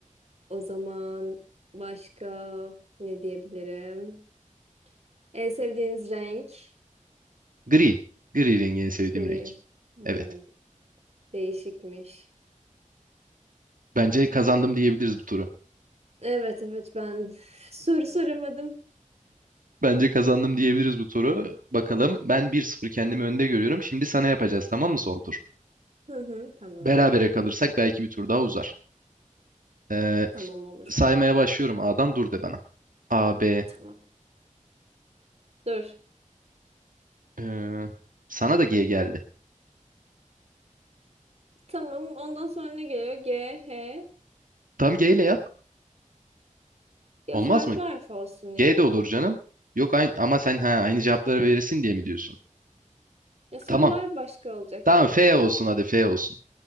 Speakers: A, on the right; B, on the right.
A: o zaman başka ne diyebilirim? En sevdiğiniz renk
B: Gri, gri rengi en sevdiğim
A: gri.
B: renk.
A: Hmm,
B: Evet.
A: değişikmiş.
B: Bence kazandım diyebiliriz bu turu.
A: Evet, evet ben <laughs> soru soramadım.
B: Bence kazandım diyebiliriz bu turu. Bakalım ben 1-0 kendimi önde görüyorum. Şimdi sana yapacağız tamam mı son tur?
A: Hı hı, tamam.
B: Berabere kalırsak belki bir tur daha uzar. Ee,
A: Tamam olur.
B: saymaya başlıyorum A'dan dur de bana. A, B.
A: Tamam. Dur.
B: ee, sana da G geldi.
A: Tamam. Ondan sonra ne geliyor? G, H.
B: Tam G ile yap.
A: Ya
B: Olmaz
A: farklı
B: mı?
A: harf olsun ya.
B: G de olur canım. Yok aynı, ama sen ha, aynı cevapları verirsin diye mi diyorsun?
A: Ya sorular
B: Tamam.
A: başka olacak
B: Tamam
A: gerçi
B: F
A: ama.
B: olsun hadi F olsun.